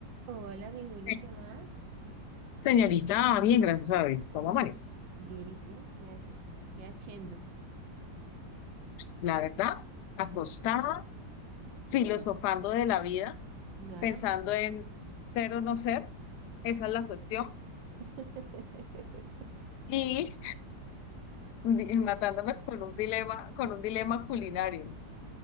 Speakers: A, on the right; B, on the left.
A: Hola, mi Juli,
B: Sí.
A: ¿qué más?
B: Señorita, bien, gracias a Dios. ¿Cómo amanece?
A: Bien, ¿y tú qué haces? ¿Qué haciendo?
B: La verdad, acostada, filosofando
A: <laughs>
B: de la vida,
A: No
B: pensando
A: haga más.
B: en ser o no ser, esa es la cuestión,
A: <laughs>
B: y di- matándome con un dilema, con un dilema culinario.